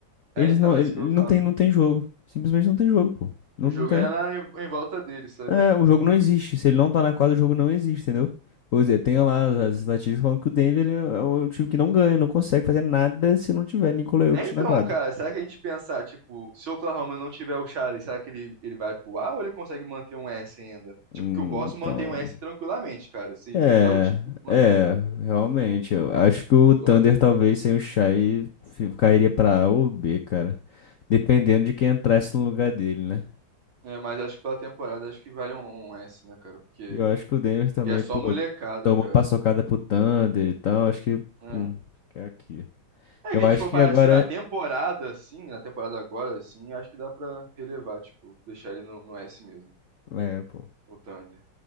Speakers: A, on the right (about 70°); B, on the left (about 65°).
A: É,
B: eles
A: então,
B: não,
A: é
B: ele
A: então, isso que eu
B: ele não
A: falo.
B: tem, não tem jogo. Simplesmente não tem jogo, pô. Não,
A: O jogo
B: não tem.
A: é na, em, em volta dele, sabe?
B: É,
A: Tipo,
B: o jogo não existe. Se ele não tá na quadra, o jogo não existe, entendeu? Pois é, tem lá as, as estatísticas falando que o Denver é, é o time que não ganha, não consegue fazer nada se não tiver Nikola Jokic
A: É então,
B: na quadra.
A: cara, será que a gente pensar, tipo, se o Oklahoma não tiver o Charlie, será que ele, ele vai pro A ou ele consegue manter um S ainda? Tipo,
B: Hum,
A: que o Boston
B: então.
A: mantém um S tranquilamente, cara. Se
B: É,
A: de mudar o time, mantém,
B: é,
A: entendeu?
B: realmente. Eu acho que o Thunder
A: Só que.
B: talvez sem o Shai fi- cairia pra A ou B, cara. Dependendo de quem entrasse no lugar dele, né?
A: É, mas acho que pela temporada acho que vale um, um S, né, cara? Porque.
B: E eu acho que o Denver também,
A: E é só
B: pô,
A: molecada,
B: tomou
A: cara.
B: paçocada pro Thunder e tal. Acho que,
A: É.
B: pum, é aqui.
A: É
B: Eu
A: que a gente
B: acho
A: for
B: que
A: parar
B: agora.
A: assim na temporada, assim, na temporada agora, assim, acho que dá pra relevar, tipo, deixar ele no, no S mesmo,
B: É, pô.
A: o Thunder.